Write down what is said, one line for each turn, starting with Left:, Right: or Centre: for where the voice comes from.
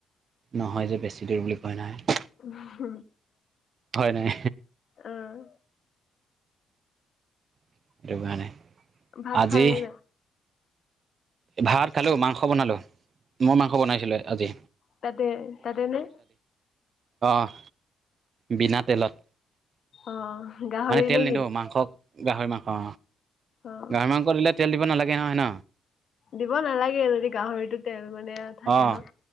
Right: নহয় যে বেছি দূৰ বুলি কয় নহয়
Left: আহ
Right: হয় নাই
Left: আহ
Right: <unintelligible>
Left: ভাত
Right: আজি
Left: খালে নাই
Right: ভাত খালো মাংস বনালো মই মাংস বনাইছিলো আজি
Left: তাতে তাতে নে
Right: আহ বিনা তেলত
Left: অ', গাহৰি
Right: মানে তেল
Left: নে
Right: নিদওঁ
Left: কি?
Right: মাংসক গাহৰি মাংস অ
Left: অ',
Right: গাহৰি মাংস দিলে তেল দিব নালাগে নহয় ন
Left: দিব নালাগে যদি গাহৰিতো তেল মানে থাকে
Right: অঁ
Left: ন